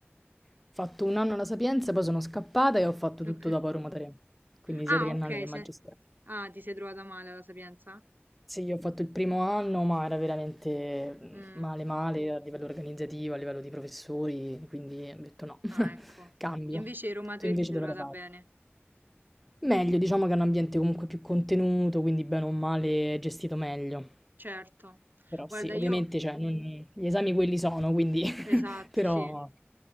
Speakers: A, in the centre; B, on the right.
A: Ho fatto un anno alla Sapienza, poi sono scappata e ho fatto tutto
B: Okay.
A: dopo a Roma 3, quindi
B: Ah,
A: sia triennale
B: okay,
A: che magistrale.
B: se ah, ti sei trovata male alla Sapienza?
A: Sì, io ho fatto il primo anno, ma era veramente
B: Mh,
A: mh, male male a livello organizzativo, a livello di professori, quindi ho detto no, <laughs>
B: ah, ecco.
A: cambio.
B: Invece Roma
A: Tu
B: 3
A: invece
B: ti sei
A: dove
B: trovata
A: l'hai fatto?
B: bene.
A: Meglio, diciamo che è un ambiente comunque più contenuto, quindi bene o male è gestito meglio.
B: Certo.
A: Però
B: Guarda,
A: sì,
B: io
A: ovviamente cioè, non- gli esami quelli sono, quindi <laughs>
B: esatto,
A: però,
B: sì.